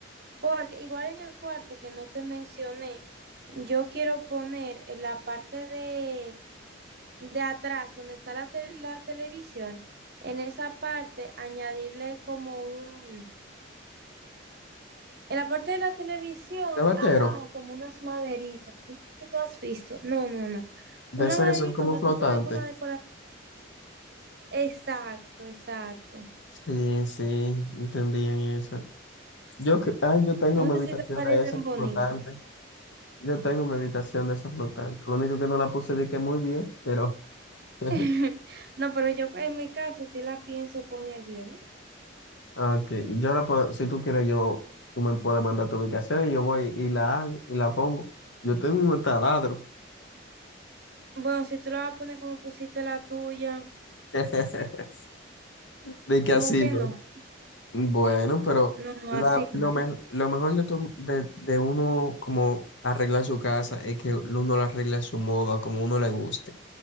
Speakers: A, on the right; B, on the left.
A: Porque igual en el cuarto que no te mencioné, yo quiero poner en la parte de, de atrás, donde está la, te- la televisión, en esa parte añadirle como un, en la parte de la televisión,
B: Gavetero,
A: abajo, como unas maderitas. No sé si tú has visto. No, no, no.
B: de
A: Una
B: esas
A: maderita
B: que son como
A: donde
B: flotantes.
A: tú pones alguna decoración. Exacto, exacto.
B: Sí, sí, entendían eso. Yo, cre- ah, yo tengo
A: No
B: mi habitación
A: sé si te parecen
B: de esas
A: bonitas.
B: flotantes. Yo tengo mi habitación de esas flotantes. Lo único que no la puse de que muy bien, pero <laughs>
A: <laughs> No, pero yo en mi caso sí la pienso poner bien, ¿eh?
B: ok. Yo la puedo, si tú quieres, yo, tú me puedes mandar tu ubicación y yo voy y la hago y la pongo. Yo tengo un taladro.
A: Bueno, si tú la vas a poner como pusiste la tuya,
B: <laughs> De que
A: como
B: así,
A: que
B: ¿no?
A: no.
B: Bueno, pero
A: No, no,
B: la,
A: así
B: lo,
A: no.
B: me- lo mejor de, tu- de, de uno como arreglar su casa es que uno la arregla a su modo, a como uno le guste.